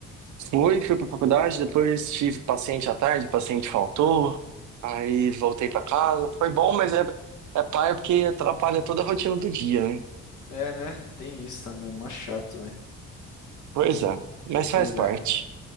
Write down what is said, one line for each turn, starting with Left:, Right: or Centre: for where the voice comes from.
Right: Fui, fui pra faculdade, depois tive paciente à tarde, paciente faltou, aí voltei pra casa. Foi bom, mas é, é paia porque atrapalha toda a rotina do dia, né?
Left: É, né? Tem isso também, mó chato, velho.
Right: Pois é, mas
Left: Pois
Right: faz parte.
Left: é.